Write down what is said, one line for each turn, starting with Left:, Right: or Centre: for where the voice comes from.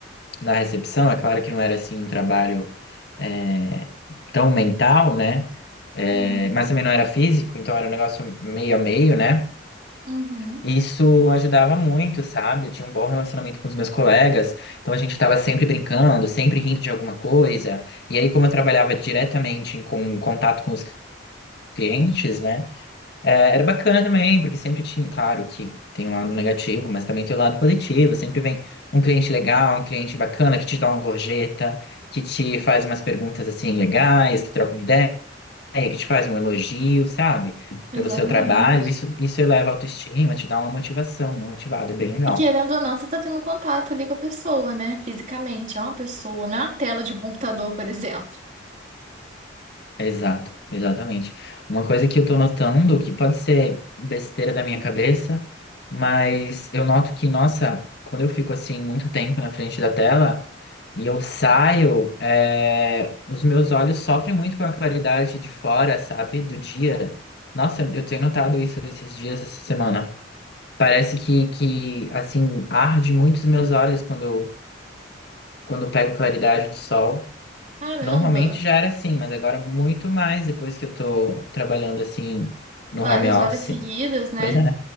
Left: na recepção, é claro que não era assim um trabalho, eh, tão mental, né? Eh,
Right: Uhum,
Left: mas também não era físico, então era um negócio meio a meio, né?
Right: uhum,
Left: Isso ajudava muito, sabe? Eu tinha um bom relacionamento com os meus colegas, então a gente estava sempre brincando, sempre rindo de alguma coisa. E aí, como eu trabalhava diretamente em- com contato com os clientes, né? É, era bacana também, porque sempre tinha, claro que tem um lado negativo, mas também tem o lado positivo. Sempre vem um cliente legal, um cliente bacana que te dá uma gorjeta, que te faz umas perguntas assim legais, que troca uma ideia, que te faz um elogio, sabe?
Right: exatamente.
Left: Pelo seu trabalho. Isso, isso eleva a autoestima, te dá uma motivação, uma motivada, é bem legal.
Right: E querendo ou não, você tá tendo contato ali com a pessoa, né? Fisicamente, é uma pessoa, não é uma tela de um computador, por exemplo.
Left: Exato, exatamente. Uma coisa que eu tô notando, que pode ser besteira da minha cabeça, mas eu noto que, nossa, quando eu fico assim muito tempo na frente da tela e eu saio, é, os meus olhos sofrem muito com a claridade de fora, sabe, do dia. Nossa, eu tenho notado isso esses dias, essa semana. Parece que, que assim, arde muito os meus olhos quando, eu- quando eu pego claridade do sol.
Right: Caramba,
Left: Normalmente já era assim, mas agora é muito mais depois que eu tô trabalhando assim no
Right: várias
Left: home office.
Right: horas seguidas, né?
Left: Pois é.